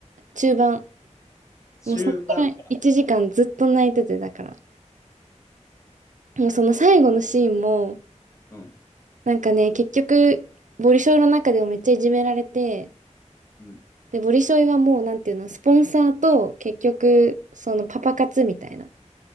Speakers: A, on the right (about 80°); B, on the left (about 25°).
A: 中盤、
B: 終盤か。
A: もうそこから1時間ずっと泣いてて、だから。もうその最後のシーンも、
B: うん、
A: なんかね、結局、ボリショイの中でもめっちゃいじめられて、
B: うん、
A: で、ボリショイはもう、なんていうの、スポンサーと、結局、そのパパ活みたいな、